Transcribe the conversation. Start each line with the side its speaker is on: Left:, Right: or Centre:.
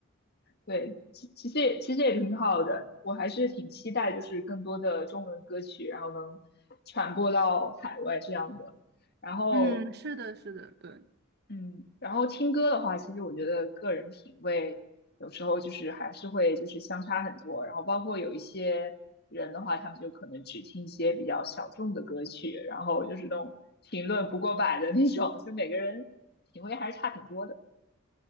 Left: 对，其其实也其实也挺好的，我还是挺期待就是更多的中文歌曲，然后能传播到海外这样的。然后
Right: 嗯，是的，是的，对，
Left: 嗯，然后听歌的话，其实我觉得个人品味有时候就是还是会就是相差很多，然后包括有一些人的话，他们就可能只听一些比较小众的歌曲，然后就是那种评论不过百的那种，就每个人品味还是差挺多的。